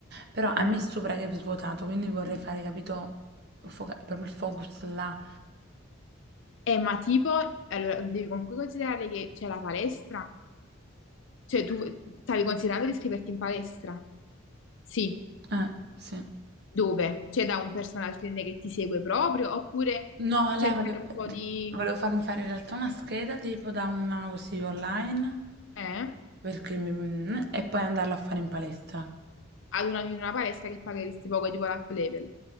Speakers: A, on the right; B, on the left.
A: Però a
B: Eh.
A: me sopra che è svuotato, quindi vorrei fare, capito, foca- proprio il focus là.
B: Eh, ma tipo, allora, devi comunque considerare che c'è la palestra, cioè tu stavi considerando di iscriverti in palestra? Sì,
A: Eh, sì.
B: dove? C'è da un personal trainer che ti segue proprio, oppure
A: No, a lei
B: cercare
A: volevo,
B: un po' di...
A: volevo farmi fare in realtà una scheda tipo da una così online
B: eh?
A: perché mi- e poi andarla a fare in palestra.
B: Ad una, in una palestra che pagheresti poco, tipo l'up level,